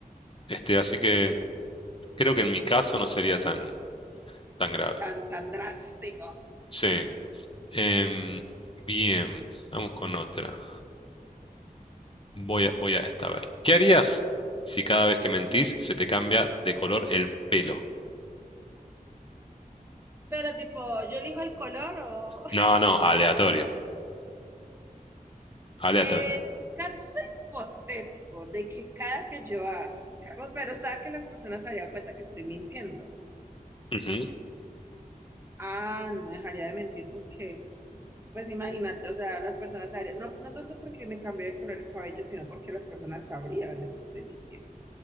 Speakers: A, on the left; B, on the right.
A: Este, así que creo que en mi caso no sería tan, tan grave.
B: Tan, tan drástico.
A: Sí. Em, bien, vamos con otra. Voy a, voy a esta, a ver. ¿Qué harías si cada vez que mentís se te cambia de color el pelo?
B: Pero tipo, yo elijo el color o...
A: No, no, aleatorio.
B: <laughs>
A: Aleatorio.
B: En caso hipotético de que cada que yo haga... ca- Pero o sea que las personas se darían cuenta que estoy mintiendo.
A: Ujú.
B: Ah, no dejaría de mentir porque, pues imagínate, o sea, las personas se darían... No, no tanto porque me cambié de color el cabello, sino porque las personas sabrían de que estoy mintiendo.